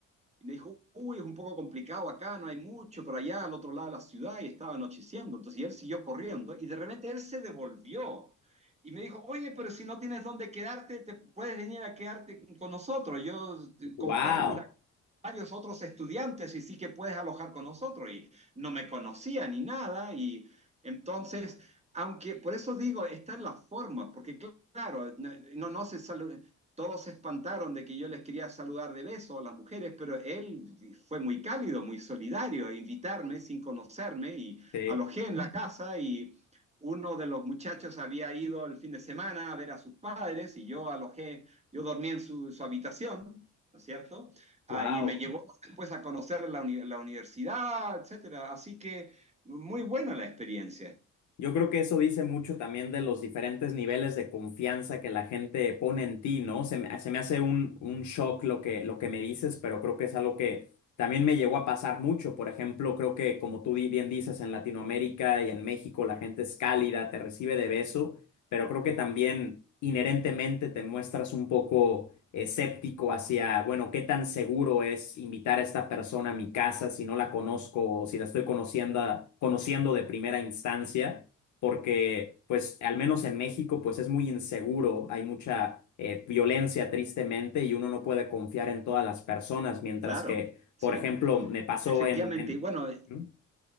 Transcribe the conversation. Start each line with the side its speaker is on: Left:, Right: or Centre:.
Right: Y me dijo, uy, es un poco complicado acá, no hay mucho, pero allá al otro lado de la ciudad y estaba anocheciendo. Entonces, y él siguió corriendo y de repente él se devolvió y me dijo, oye, pero si no tienes dónde quedarte, te puedes venir a quedarte con nosotros. Yo eh,
Left: wow,
Right: comparto un varios otros estudiantes y sí que puedes alojar con nosotros. Y no me conocía ni nada. Y entonces, aunque por eso digo, está en las formas, porque claro, no, no no se saluda. Todos se espantaron de que yo les quería saludar de beso a las mujeres, pero él fue muy cálido, muy solidario, a invitarme sin conocerme y
Left: sí,
Right: alojé en la casa y uno de los muchachos había ido el fin de semana a ver a sus padres y yo alojé, yo dormí en su, su habitación, ¿no es cierto? Ah,
Left: wow.
Right: y me llevó después a conocer la, uni- la universidad, etcétera. Así que muy buena la experiencia.
Left: Yo creo que eso dice mucho también de los diferentes niveles de confianza que la gente pone en ti, ¿no? Se me, se me hace un, un shock lo que, lo que me dices, pero creo que es algo que también me llegó a pasar mucho. Por ejemplo, creo que como tú di- bien dices, en Latinoamérica y en México la gente es cálida, te recibe de beso, pero creo que también inherentemente te muestras un poco escéptico hacia, bueno, qué tan seguro es invitar a esta persona a mi casa si no la conozco o si la estoy conociendo, conociendo de primera instancia porque pues al menos en México pues es muy inseguro, hay mucha eh, violencia tristemente y uno no puede confiar en todas las personas, mientras
Right: Claro,
Left: que,
Right: sí.
Left: por ejemplo, me pasó
Right: Efectivamente.
Left: en... en...
Right: Y bueno,
Left: ¿Mm?